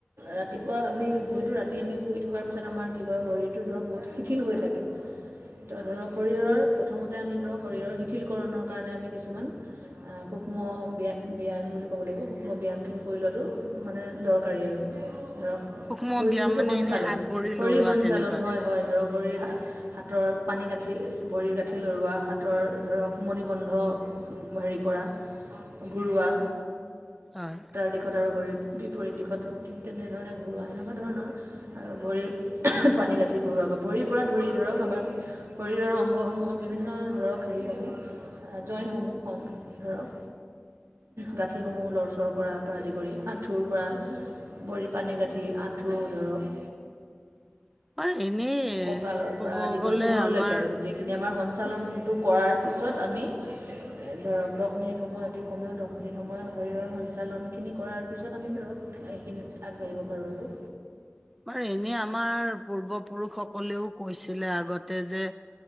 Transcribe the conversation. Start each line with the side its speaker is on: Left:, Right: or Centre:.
Right: ৰাতিপুৱা আমি যিহেতু ৰাতি আমি শুই থকাৰ পিছত আমাৰ কি হয় শৰীৰটো ধৰক বহুত শিথিল হৈ থাকে তো ধৰক শৰীৰৰ প্ৰথমতে আমি ধৰক শৰীৰৰ শিথিলকৰণৰ কাৰণে আমি কিছুমান সূক্ষ্ম ব্যা। ব্যায়াম বুলি ক'ব লাগিব ব্যায়াম খিনি। মানে দৰকাৰী আৰু ধৰক
Centre: সূক্ষ্ম
Right: শৰীৰ
Centre: ব্যায়াম
Right: যিটো
Centre: মানে
Right: সঞ্চালন
Centre: এনেই হাত ভৰি
Right: শৰীৰ
Centre: লৰোৱা
Right: সঞ্চালন
Centre: তেনেকুৱা
Right: হয় হয় ধৰক। ভৰিৰ হাতৰ পানী গাঁঠি ভৰিৰ গাঁঠি লৰোৱা হাতৰ ধৰক মণি বন্ধ হেৰি কৰা ঘূুৰোৱা
Centre: হয়
Right: দিশত আৰু ভৰিৰ বিপৰীত দিশত ঠিক তেনেধৰণে ঘূৰৱোৱা সেনেকুৱা ধৰণৰ আৰু ভৰিৰ পানী গাঁঠি ঘূৰাৰ ভৰিৰ পৰা ধৰি ধৰক আমাৰ শৰীৰৰ অংগসমূহৰ বিভিন্ন ধৰক হেৰিসমূহ জইণ্টসমূহ ধৰক গাঁঠিসমূহ লৰচৰ কৰা পৰা আদি কৰি আঁঠুৰ পৰা পানী গাঠি আঁঠু ধৰক
Centre: হয় এনেই
Right: কঁকালৰ
Centre: ক'ব
Right: পৰা আদি
Centre: গ'লে
Right: কৰি মূৰলৈকে
Centre: আমাৰ
Right: আৰু গোটেইখিনি আমাৰ সঞ্চালনটো কৰাৰ পিছত আমি এ, ধৰক দহ মিনিট সময় অতি কমেও দহ মিনিট সময় শৰীৰৰ সঞ্চালনখিনি কৰাৰ পিছত আমি ধৰক এইখিনিত আগবাঢ়িব পাৰোঁ আৰু
Centre: বাৰু এনেই আমাৰ পূৰ্বপুৰুষসকলেও কৈছিলে আগতে যে